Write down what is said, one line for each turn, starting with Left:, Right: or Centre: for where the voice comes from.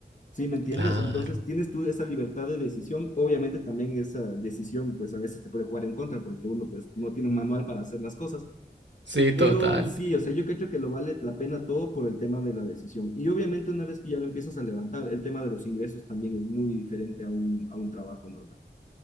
Left: ¿Sí me entiendes?
Right: claro.
Left: Entonces, tienes tú esa libertad de decisión. Obviamente, también esa decisión, pues a veces te puede jugar en contra porque uno, pues, no tiene un manual para hacer las cosas.
Right: Sí, total.
Left: Pero sí, o sea, yo creo que lo vale la pena todo por el tema de la decisión. Y obviamente, una vez que ya lo empiezas a levantar, el tema de los ingresos también es muy diferente a un, a un trabajo normal.